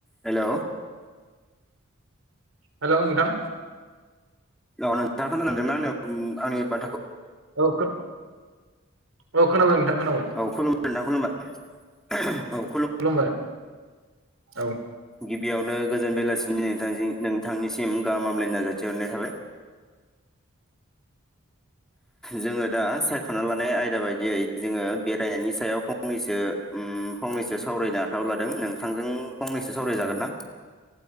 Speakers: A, in the centre; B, on the right.
A: हेल'
B: हेल' नोंथां
A: औ नोंथाङा <unintelligible> आंनि <unintelligible>
B: औ औ खोनाबाय खोनाबाय
A: औ खुलुमबाय नोंथां खुलुमबाय <inaudible> औ
B: खुलुमबाय औ
A: गिबियावनो गोजोन बेलासिनि नोथांनिसिम नोंथांनिसिम गाहामलायनाय जासिहरनाय थाबाय जोङो दा सायख'ना लानाय आयदा बायदियै जोङो बेरायनायनि सायाव फंनैसो ओम फंनैसो सावरायनो आखायाव लादों नोंथांजों फंनैसो सावरायजागोन ना?